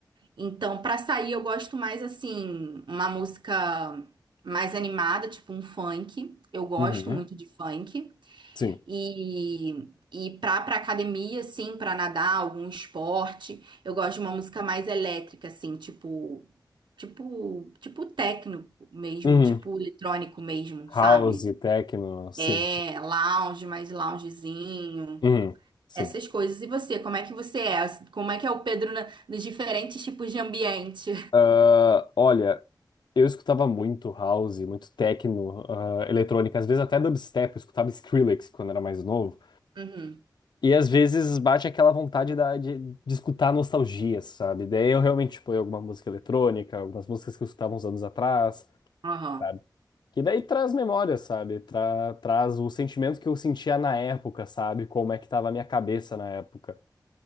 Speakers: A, on the right; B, on the left.
A: então, pra sair, eu gosto mais assim, uma música mais animada, tipo um funk. Eu gosto
B: uhum,
A: muito de funk.
B: sim.
A: E, e pra, pra academia, assim, pra nadar, algum esporte, eu gosto de uma música mais elétrica, assim, tipo, tipo, tipo técnico mesmo,
B: Uhum.
A: tipo eletrônico mesmo,
B: House,
A: sabe?
B: techno, sim.
A: É, lounge, mais loungezinho.
B: Uhum, sim.
A: Essas coisas. E você, como é que você é? Como é que é o Pedro na- nos diferentes tipos de ambiente?
B: Ah, olha, eu escutava muito house, muito techno, ah, eletrônica, às vezes até dubstep, eu escutava Skrillex quando era mais novo.
A: <laughs> Uhum.
B: E às vezes bate aquela vontade da- de, de escutar nostalgia, sabe? Daí eu realmente ponho alguma música eletrônica, algumas músicas que eu escutava uns anos atrás,
A: Aham.
B: sabe? Que daí traz memória, sabe? Tra- traz o sentimento que eu sentia na época, sabe? Como é que tava a minha cabeça na época.